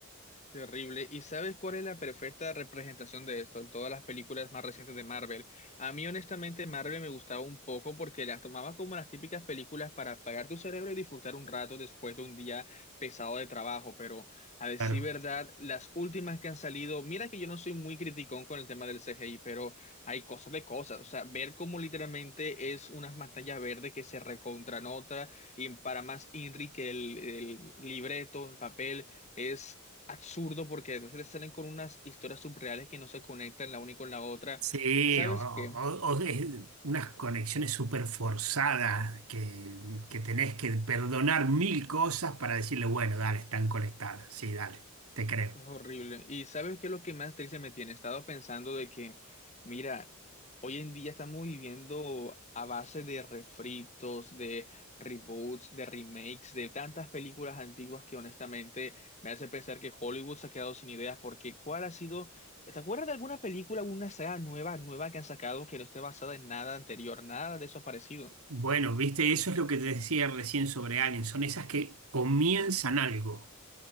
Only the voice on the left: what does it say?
Terrible. ¿Y sabes cuál es la perfecta representación de esto? En todas las películas más recientes de Marvel. A mí, honestamente, Marvel me gustaba un poco porque las tomaba como las típicas películas para apagar tu cerebro y disfrutar un rato después de un día pesado de trabajo. Pero, a decir
verdad, las últimas que han salido, mira que yo no soy muy criticón con el tema del CGI, pero hay cosas de cosas. O sea, ver cómo literalmente es una pantalla verde que se recontranota y para más inri que el, el libreto, el papel. Es absurdo porque entonces te salen con unas historias subreales que no se conectan la una con la otra.
¿Sabes
qué?
Es horrible. ¿Y sabes qué es lo que más triste me tiene? He estado pensando de que, mira, hoy en día estamos viviendo a base de refritos, de reboots, de remakes, de tantas películas antiguas que honestamente me hace pensar que Hollywood se ha quedado sin ideas porque ¿cuál ha sido... ¿Te acuerdas de alguna película, alguna saga nueva, nueva que han sacado que no esté basada en nada anterior? Nada de eso ha aparecido.